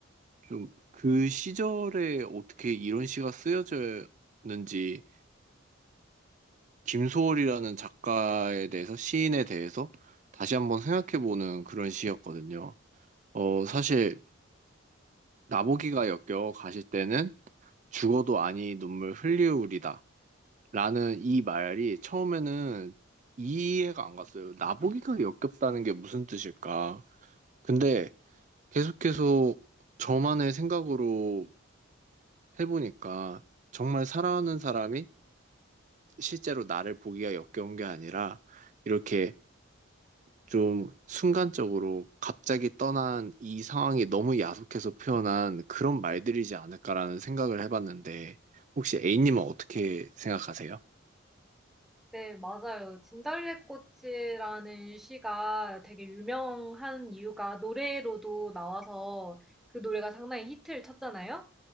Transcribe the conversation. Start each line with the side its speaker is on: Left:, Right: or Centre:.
Right: 좀 그 시절에 어떻게 이런 시가 쓰여졌는지 김소월이라는 작가에 대해서 시인에 대해서 다시 한번 생각해보는 그런 시였거든요. 어, 사실 나보기가 역겨 가실 때는 죽어도 아니 눈물 흘리우리다. 라는 이 말이 처음에는 이해가 안 갔어요. 나보기가 역겹다는 게 무슨 뜻일까? 근데 계속해서 저만의 생각으로 해보니까 정말 사랑하는 사람이 실제로 나를 보기가 역겨운 게 아니라 이렇게 좀 순간적으로 갑자기 떠난 이 상황이 너무 야속해서 표현한 그런 말들이지 않을까라는 생각을 해봤는데 혹시 A님은 어떻게 생각하세요?
Centre: 네, 맞아요. 진달래꽃이라는 시가 되게 유명한 이유가 노래로도 나와서 그 노래가 상당히 히트를 쳤잖아요.